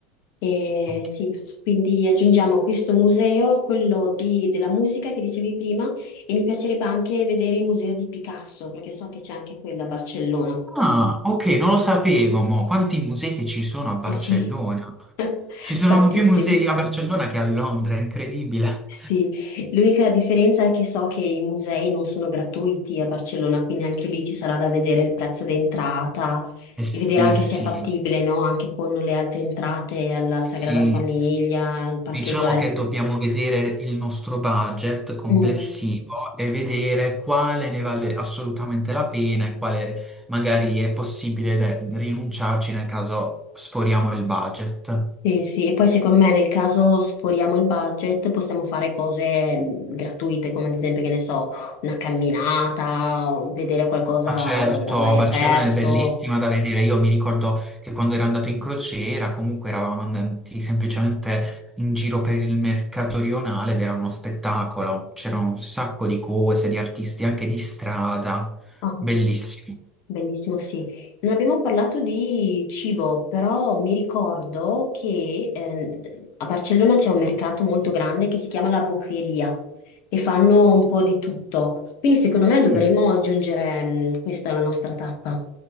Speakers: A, on the left; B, in the centre.
A: E
B: Ok.
A: sì, quindi aggiungiamo questo museo, quello di- della musica che dicevi prima, e mi piacerebbe anche vedere il museo di Picasso, perché so che c'è anche quello a Barcellona.
B: Ah, ok, non lo sapevo, ma quanti musei che ci sono a Barcellona?
A: Sì. <laughs>
B: Ci sono
A: Tantissimi.
B: più musei a Barcellona che a Londra, è incredibile.
A: Sì, l'unica differenza è che so che i musei non sono gratuiti a Barcellona, quindi anche lì ci sarà da vedere il prezzo d'entrata
B: Eh sì,
A: e vedere anche
B: sì,
A: se è fattibile, no? Anche con le altre entrate alla
B: sì.
A: Sagrada Famiglia, il Parque
B: Diciamo
A: Güell.
B: che dobbiamo vedere il nostro budget complessivo
A: Mm.
B: e vedere quale ne vale assolutamente la pena e quale magari è possibile de- rinunciarci nel caso sforiamo il budget.
A: Sì, sì, e poi secondo me nel caso sforiamo il budget possiamo fare cose mh, gratuite, come ad esempio, che ne so, una camminata, o vedere qualcosa
B: Ma certo,
A: all'aria
B: Barcellona
A: aperto.
B: è bellissima da vedere. Io mi ricordo che quando ero andato in crociera, comunque eravamo andati semplicemente in giro per il mercato rionale ed era uno spettacolo. C'erano un sacco di cose, di artisti anche di strada.
A: Ah,
B: Bellissimo.
A: bellissimo, sì. Non abbiamo parlato di cibo, però mi ricordo che ehm, a Barcellona c'è un mercato molto grande che si chiama La Boqueria e fanno un po' di tutto. Quindi secondo me
B: Mm.
A: dovremmo aggiungere mh, questa alla nostra tappa.